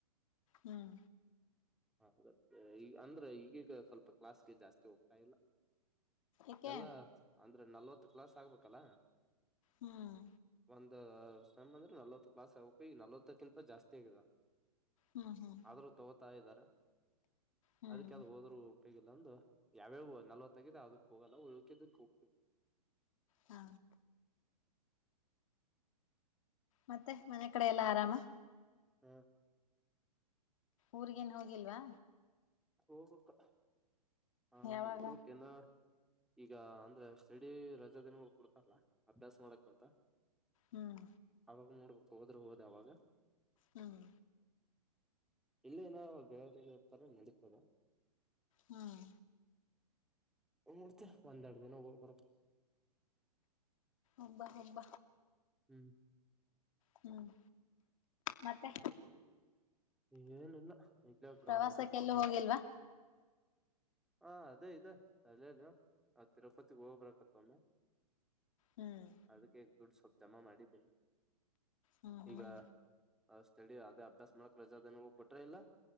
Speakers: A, on the left; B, in the centre.
A: ಹ್ಮ್
B: ಹದ ಈ ಅಂದ್ರೆ ಈಗೀಗ ಸ್ವಲ್ಪ ಕ್ಲಾಸ್ಗೆ ಜಾಸ್ತಿ ಹೋಗ್ತಾ ಇಲ್ಲ
A: ಏಕೆ
B: ಎಲ್ಲ ಅಂದ್ರೆ ನಲ್ವತ್ತು ಕ್ಲಾಸ್ ಆಗ್ಬೇಕಲ್ಲ
A: ಹ್ಮ್
B: ಒಂದ್ ಸಮ್ ಅಂದ್ರೆ ನಲ್ವತ್ತು ಕ್ಲಾಸ್ ಆಗಕು ಈಗ ನಲ್ವತ್ತಕ್ಕಿಂತ ಜಾಸ್ತಿ ಆಗಿದೆ
A: ಹ್ಮ್ ಹ್ಮ್
B: ಆದ್ರೂ ತಗೋತಾ ಇದ್ದಾರೆ
A: ಹ್ಮ್
B: ಅದಕ್ಕೆವ ಹೋದ್ರು ಉಪಯೋಗಿಲ್ಲ ಅಂದು ಯಾವ್ಯಾವ ನಲ್ವತ್ತಗಿದೆ ಅದಕ್ ಹೋಗಲ್ಲ ಉಳ್ಕಿದಕ್ ಉ
A: ಹ್ಮ ಮತ್ತೆ ಮನೆ ಕಡೆ ಎಲ್ಲಾ ಆರಾಮ
B: ಹಾ
A: ಊರ್ಗೇನ್ ಹೋಗಿಲ್ವಾ
B: ಹೋಗ್ಬೇಕ ಹಾ
A: ಯಾವಾಗ
B: ನೋಡ್ಬೇಕೇನ ಈಗ ಅಂದ್ರೆ ಸ್ಡಿ ರಜಾ ದಿನ ಕೊಡ್ತಾರಲ್ಲ ಅಭ್ಯಾಸ ಮಾಡಕ್ಂತ
A: ಹ್ಮ್
B: ಅವಾಗ ನೋಡ್ಬೇಕ ಹೋದ್ರೆ ಹೋದ ಅವಾಗ
A: ಹ್ಮ್
B: ಇಲ್ಲೇನೋ ಗೆಳೆಯಾಗಿ ಇರ್ತಾರೆ ನಡೀತದೆ
A: ಹ್ಮ್
B: ಮೂಡ್ತ ಒಂದ್ರಡು ದಿನ ಹೋಗ್ ಬರತ್ತ
A: ಒಂಬ ಒಂಬ
B: ಹ್ಮ್
A: ಹ್ಮ್ ಮತ್ತೆ
B: ಏನಿಲ್ಲ ಇಲ್ಲ ಗ್ರ
A: ಪ್ರವಾಸಕ್ಕೆಲ್ಲೂ
B: ಇಮ್ಮ
A: ಹೋಗಿಲ್ವಾ
B: ಹ ಅದೇ ಇದೆ ತಲಲಿ ಆ ತಿರುಪತಿಗ್ ಹೋಗ್ಬೇಕತ್ತ ಒಮ್ಮ
A: ಹ್ಮ್
B: ಅದಕ್ಕೆ ದುಡ್ ಸ್ವಲ್ಪ ಜಮಾ ಮಾಡಿದ್ದೇನೆ
A: ಹ್ಮ್ ಹ್ಮ್
B: ಈಗ ಹ ಸ್ಟಡಿ ಅದೇ ಅಭ್ಯಾಸ ಮಾಡಕ್ ರಜಾನೂ ಕೊಟ್ರ ಇಲ್ಲ